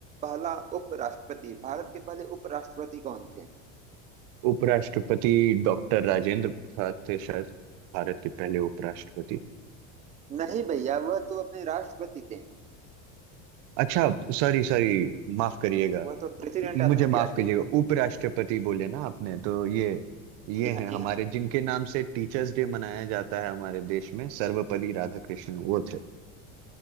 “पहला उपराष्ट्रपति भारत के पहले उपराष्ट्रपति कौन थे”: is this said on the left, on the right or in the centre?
Right